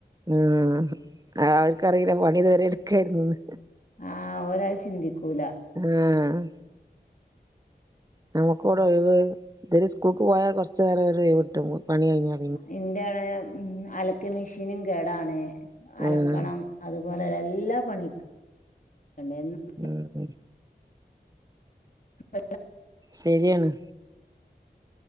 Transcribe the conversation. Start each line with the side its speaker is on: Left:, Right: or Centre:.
Right: മ് അ അവർക്കറിയൂല പണി ഇതുവരെ എട്‌കേയ്രുന്നന്ന്.
Left: ആഹ് ഓരത് ചിന്തിക്കൂല.
Right: ഏഹ് നമുക്കൗടെ ഒയിവ്, ഇവരിസ്കൂൾക്ക് പോയാ കൊർച്ചു നേരം ഒരു ഒയിവ് കിട്ടും, പണി കഴിഞ്ഞാൽ
Left: ഇന്റണേ മ്മ് അലക്ക് മിഷീനും കേടാണ് അലക്കണം
Right: ആഹ്
Left: അതുപോലെല്ല എല്ലാ പണിട്ക്കണം <unintelligible>
Right: ഉം
Left: <unintelligible>
Right: ശരിയാണ്